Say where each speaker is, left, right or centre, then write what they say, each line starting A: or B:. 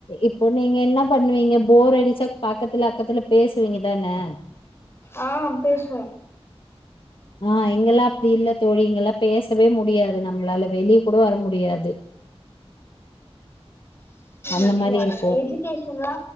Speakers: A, on the left; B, on the left.
A: இப்ப நீங்க என்ன பண்ணுவீங்க போர் அடிச்சா பக்கத்துல அக்கத்துல பேசுவீங்க தானே
B: ஆ பேசுவோ
A: ஆ இங்கல்லா அப்படி இல்ல தோழி இங்கல்லா பேசவே முடியாது நம்மளால வெளியே கூட வர முடியாது அந்த
B: அப்படியா
A: மாரி இருக்கு
B: எஜுகேஷன்லா